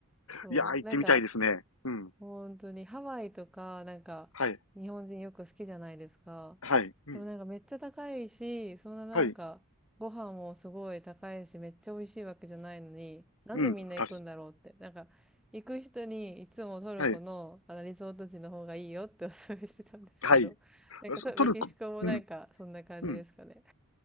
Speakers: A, in the centre; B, on the left.
A: そう。
B: いやー、行ってみたいですね。
A: なんか、
B: うん。
A: 本当にハワイとか、なんか、
B: はい。
A: 日本人よく好きじゃないですか。
B: はい。うん。
A: でもなんかめっちゃ高いし、そんななんか、
B: はい。
A: ご飯もすごい高いし、めっちゃ美味しいわけじゃないのに、なんでみんな行くんだろうって。
B: うん。たし、
A: なんか、行く人にいつもトルコのあのリゾート地の方がいいよってお勧めしてたんですけど、
B: はい。はい。
A: なんかとメキシコもなんかそんな感じですかね。
B: トルコ。うん。うん。